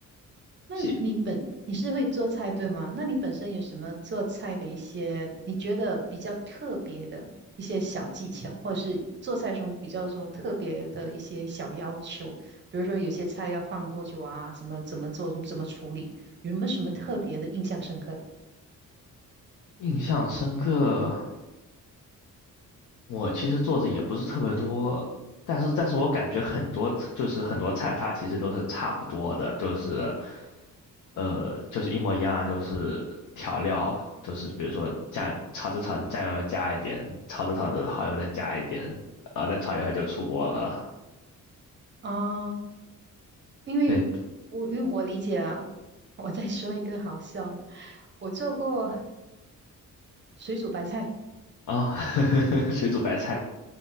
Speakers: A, on the right; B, on the left.
A: 那你本你是会做菜对吗？
B: 记
A: 那你本身有什么做菜的一些你觉得比较特别的一些小技巧，或者做菜中比较说特别的一些小要求？比如说有些菜要放多久啊，什么怎么做，怎么处理，有没有什么特别的印象深刻？
B: 印象深刻，我其实做的也不是特别多，但是但是我感觉很多就是很多菜它其实都是差不多的，就是。呃，就是一模一样，就是调料，就是比如说酱，炒着炒着酱油加一点，炒着炒着蚝油再加一点，啊，再炒一会儿就出锅了。
A: 啊，因为
B: 对，
A: 我因为我理解啊，我再说一个好笑的我做过水煮白菜，
B: 啊、<laughs> 水煮白菜